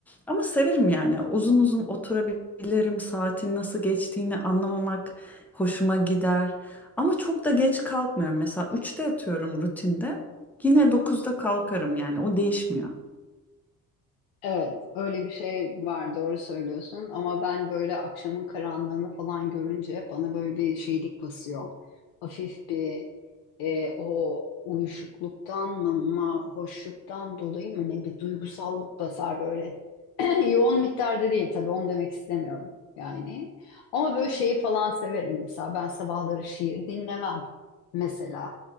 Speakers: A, in the centre; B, on the left.
A: Ama severim yani uzun uzun oturabilirim. Saatin nasıl geçtiğini anlamamak hoşuma gider. Ama çok da geç kalkmıyorum. Mesela üçte yatıyorum rutinde. Yine dokuzda kalkarım yani o değişmiyor.
B: Evet, öyle bir şey var, doğru söylüyorsun. Ama ben böyle akşamın karanlığını falan görünce bana böyle bir şeylik basıyor. Hafif bir e, o uyuşukluktan mı, ma- hoşluktan dolayı mı ne bir duygusallık basar böyle. <clears throat> Yoğun miktarda değil tabii, onu demek istemiyorum yani. Ama böyle şeyi falan severim mesela. Ben sabahları şiir dinlemem mesela.